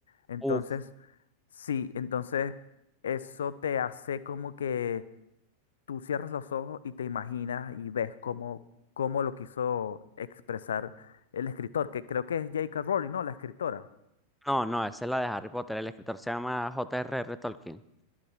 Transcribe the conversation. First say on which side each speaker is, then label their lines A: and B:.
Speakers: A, on the left; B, in the centre.
A: Entonces,
B: Uf,
A: sí, entonces eso te hace como que tú cierras los ojos y te imaginas y ves cómo, cómo lo quiso expresar el escritor, que creo que es J.K. Rowling, ¿no? La escritora.
B: no, no, esa es la de Harry Potter, el escritor se llama J. R. R. Tolkien.